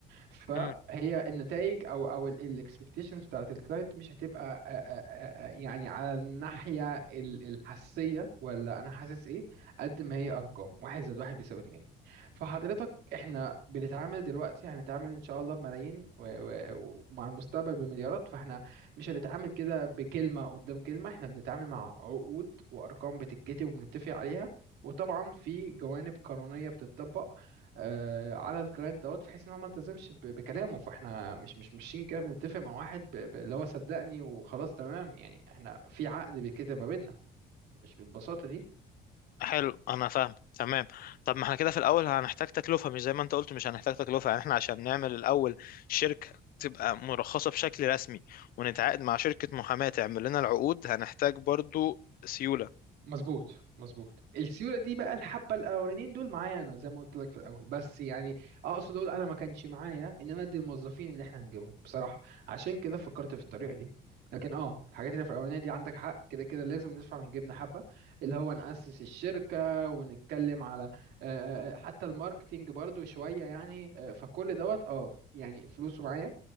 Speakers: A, on the right (about 80°); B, on the left (about 60°).
A: فهي
B: امم
A: النتائج او او الاكسبكتيشنز بتاعت الكلاينت مش هتبقى آه، آه، آه، يعني على الناحيه ال- الحسيه ولا انا حاسس ايه قد ما هي ارقام واحد زائد واحد بيساوي اتنين فحضرتك احنا بنتعامل دلوقتي هنتعامل ان شاء الله بملايين و- و- ومع المستقبل بمليارات فاحنا مش هنتعامل كده بكلمه قدام كلمه احنا بنتعامل مع عقود وارقام بتتكتب وبنتفق عليها وطبعا في جوانب قانونيه بتتطبق آه، على الكلاينت دوت بحيث ان هو ما التزمش ب- بكلامه فاحنا مش مش ماشيين كده بنتفق مع واحد ب- ب- اللي هو صدقني وخلاص تمام يعني احنا في عقد بيتكتب ما بيننا مش بالبساطه دي
B: حلو انا فاهم تمام طب ما احنا كده في الاول هنحتاج تكلفه مش زي ما انت قلت مش هنحتاج تكلفه يعني احنا عشان نعمل الاول شركه تبقى مرخصه بشكل رسمي ونتعاقد مع شركه محاماه تعمل لنا العقود هنحتاج برضو سيوله
A: مظبوط مظبوط السيوله دي بقى الحبه الاولانيين دول معايا انا زي ما قلت لك في الاول بس يعني اقصد اقول انا ما كانش معايا ان انا ادي الموظفين اللي احنا هنجيبهم بصراحه عشان كده فكرت في الطريقه دي لكن اه الحاجات اللي في الاولانيه دي عندك حق كده كده لازم ندفع من جيبنا حبه اللي هو ناسس الشركه ونتكلم على آه، آه، آه، حتى الماركتينج برضو شويه يعني آه، فكل دوت اه يعني فلوسه معايا